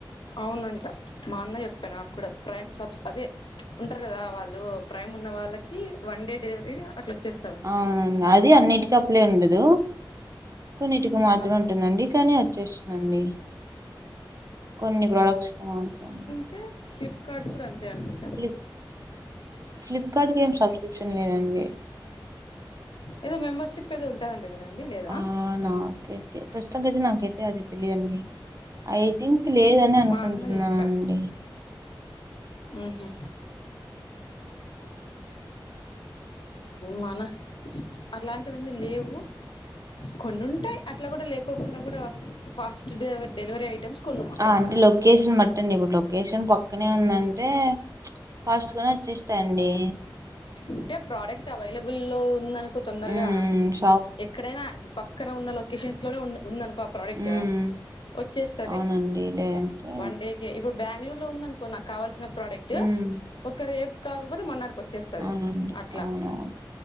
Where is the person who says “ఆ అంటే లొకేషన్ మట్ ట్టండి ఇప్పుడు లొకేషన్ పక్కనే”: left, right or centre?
Right